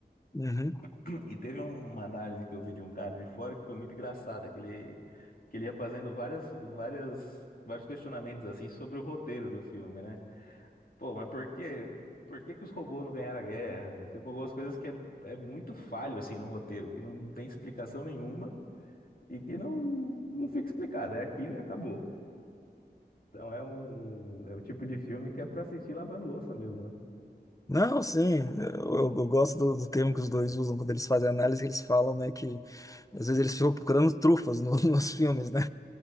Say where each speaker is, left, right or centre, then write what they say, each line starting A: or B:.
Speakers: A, on the left (about 20°); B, on the left (about 55°).
A: Uhum.
B: <clears throat> E teve um, uma análise que eu vi de um cara de fora que foi muito engraçada, que ele, que ele ia fazendo várias, várias, vários questionamentos assim sobre o roteiro do filme, né? Pô, mas por que, por que que os robôs não ganharam a guerra? Tipo, algumas coisas que é, é muito falho assim no roteiro, que não tem explicação nenhuma e que não, não fica explicado. É aquilo e acabou. Então é um, é o tipo de filme que é pra assistir lavando louça mesmo, né?
A: Não, sim, eu, eu gosto do, do termo que os dois usam quando eles fazem análise, eles falam, né, que às vezes eles ficam procurando trufas no- <laughs> nos filmes, né?